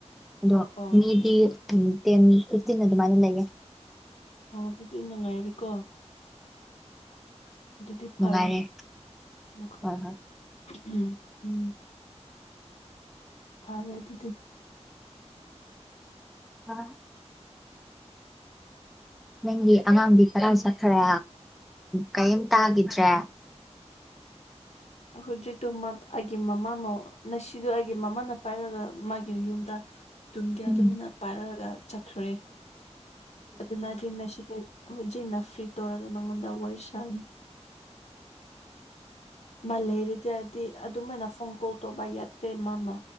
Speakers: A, in the centre; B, on the left.
A: ꯑꯗꯣ
B: ꯑꯣ ꯑꯣ
A: ꯃꯤꯗꯤ ꯇꯦꯟ ꯐꯤꯠꯇꯤꯟ ꯑꯗꯨꯃꯥꯏꯅ ꯂꯩꯌꯦ꯫
B: ꯑꯣ ꯑꯗꯨꯗꯤ ꯅꯨꯡꯉꯥꯏꯔꯦꯀꯣ꯫ ꯑꯗꯨꯗꯤ ꯐꯔꯦ
A: ꯅꯨꯡꯉꯥꯏꯔꯦ
B: ꯅꯈꯣꯏ
A: ꯍꯣꯏ ꯍꯣꯏ
B: ꯎꯝ ꯎꯝ ꯐꯔꯦ ꯑꯗꯨꯗꯤ
A: ꯍ ꯅꯪꯒꯤ ꯑꯉꯥꯡꯗꯤ ꯀꯗꯥꯏ ꯆꯠꯈ꯭ꯔꯦ ꯀꯔꯤꯝ ꯇꯥꯈꯤꯗ꯭ꯔꯦ꯫
B: ꯈꯣꯏꯁꯨ ꯇꯨꯝ ꯑꯩꯒꯤ ꯃꯃꯥꯃꯣꯅꯁꯤ ꯁꯤꯗꯣ ꯑꯩꯒꯤ ꯃꯃꯥꯅ ꯄꯥꯏꯔꯒ ꯃꯥꯒꯤ ꯌꯨꯝꯗ ꯇꯨꯝꯒꯦ
A: ꯎꯝ
B: ꯑꯗꯨꯃꯥꯏꯅ ꯄꯥꯏꯔꯛꯑꯒ ꯆꯠꯈ꯭ꯔꯦ ꯑꯗꯨꯅꯗꯤ ꯅ ꯁꯤꯗ ꯍꯧꯖꯤꯛ ꯐ꯭ꯔꯤ ꯇꯧꯔꯒ ꯅꯉꯣꯟꯗ ꯋꯥꯔꯤ ꯁꯥꯔꯤ꯫ ꯃꯥ ꯂꯩꯔꯤꯗꯤ ꯗꯤ ꯑꯗꯨꯝꯥꯏꯅ ꯐꯣꯟ ꯀꯣꯜ ꯇꯧꯕ ꯌꯥꯗ꯭ꯔꯦ ꯃꯥꯅ